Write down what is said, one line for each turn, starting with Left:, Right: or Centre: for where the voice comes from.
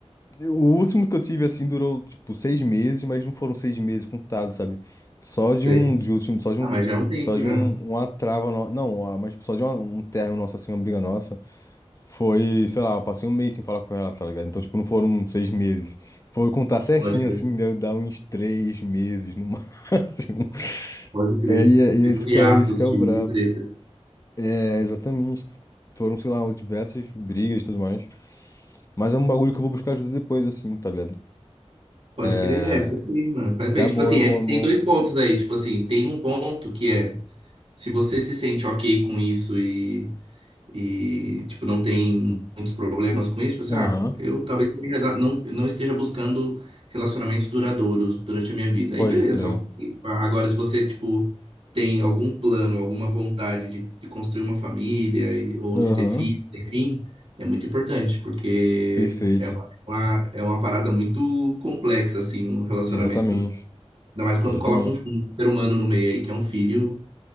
Left: O último que eu tive, assim, durou, tipo, seis meses, mas não foram seis meses contados, sabe? Só
Right: Sei.
Left: de um, de último, só de
Right: Ah,
Left: um,
Right: mas já é um tempo
Left: só de
Right: já.
Left: um, uma trava, no... não, uma- mas tipo, só de uma- um término nosso, assim, uma briga nossa. Foi, sei lá, eu passei um mês sem falar com ela, tá ligado? Então, tipo, não foram seis meses. Foi contar certinho,
Right: Pode crer,
Left: assim, deve dar uns três meses no <laughs> máximo.
Right: pode crer.
Left: É, e é, e
Right: Tem
Left: é isso
Right: Os hiatos
Left: que é, isso que é o
Right: de,
Left: brabo.
Right: de treta.
Left: É, exatamente. Foram, sei lá, diversas brigas e tudo mais. Mas é um bagulho que eu vou buscar ajuda depois, assim, tá ligado?
Right: Pode crer,
Left: É,
Right: é, faz bem, mano. Faz
Left: Porque
Right: bem.
Left: é
Right: Tipo
Left: bom,
Right: assim,
Left: é
Right: é
Left: bom,
Right: que tem
Left: é bom.
Right: dois pontos aí. Tipo assim, tem um ponto que é se você se sente ok com isso e e tipo não tem muitos problemas com isso, pensar,
Left: Aham,
Right: ah, eu talvez não, me reda- não não esteja buscando relacionamentos duradouros durante a minha vida. Aí
Left: Pode
Right: beleza.
Left: crer.
Right: ok. Agora se você tipo tem algum plano, alguma vontade de, de construir uma família e- ou
Left: aham.
Right: de ter filhos, enfim, é muito importante porque
Left: Perfeito.
Right: é uma, é uma- é uma parada muito complexa assim um relacionamento.
Left: Exatamente.
Right: né? Ainda mais quando
Left: Exatamente.
Right: coloca um, um ser humano no meio aí que é um filho,